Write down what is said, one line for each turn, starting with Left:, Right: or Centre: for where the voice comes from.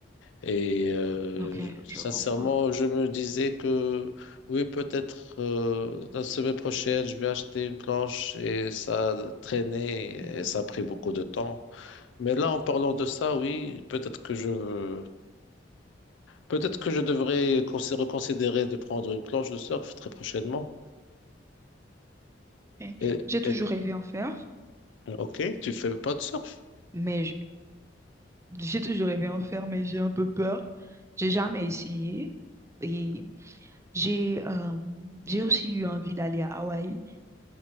Left: Et euh,
Right: ok,
Left: sincèrement,
Right: je comprends. <laughs>
Left: je me disais que oui, peut-être euh, la semaine prochaine, je vais acheter une planche et ça a traîné
Right: Mhm.
Left: et ça a pris beaucoup de temps. Mais là, en parlant de ça, oui, peut-être que je, peut-être que je devrais consi- reconsidérer de prendre une planche de surf très prochainement.
Right: Ok.
Left: Et,
Right: J'ai toujours
Left: et-
Right: rêvé en faire,
Left: ok, tu fais pas de surf?
Right: mais je- j'ai toujours rêvé en faire, mais j'ai un peu peur. J'ai jamais essayé. Et j'ai euh, j'ai aussi eu envie d'aller à Hawaï.